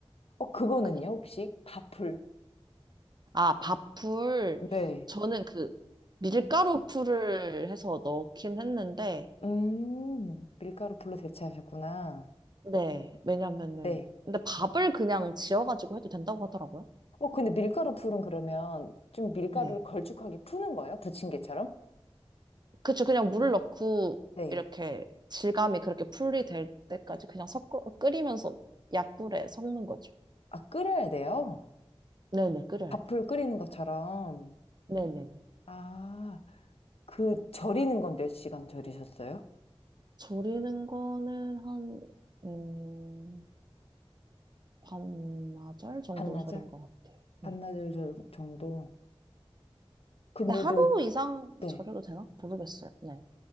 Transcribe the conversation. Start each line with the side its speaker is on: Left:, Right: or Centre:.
Left: 어, 그거는요,
Right: 그리고
Left: 혹시? 밥풀.
Right: 아 밥풀
Left: 네.
Right: 저는 그 밀가루 풀을 해서 넣긴 했는데
Left: 음, 밀가루 풀로 대체하셨구나.
Right: 네 왜냐면은
Left: 네.
Right: 근데 밥을 그냥 지어가지고 해도 된다고 하더라고요.
Left: 어, 근데 밀가루 풀은 그러면 좀 밀가루를
Right: 네
Left: 걸쭉하게 푸는 거예요? 부침개처럼?
Right: 그쵸 그냥 물을 넣고
Left: 네.
Right: 이렇게 질감이 그렇게 풀이 될 때까지 그냥 섞어 끓이면서 약불에 섞는 거죠.
Left: 아, 끓여야 돼요?
Right: 네네, 끓여야
Left: 밥풀
Right: 돼요.
Left: 끓이는 것처럼.
Right: 네네네.
Left: 아, 그 절이는 건 몇 시간 절이셨어요?
Right: 절이는 거는 한, 음, 반나절 정도
Left: 반나절?
Right: 절인 것 같아요.
Left: 반나절
Right: 네.
Left: 절- 정도. 근데도,
Right: 근데 하루 이상
Left: 네.
Right: 절여도 되나? 모르겠어요. 네.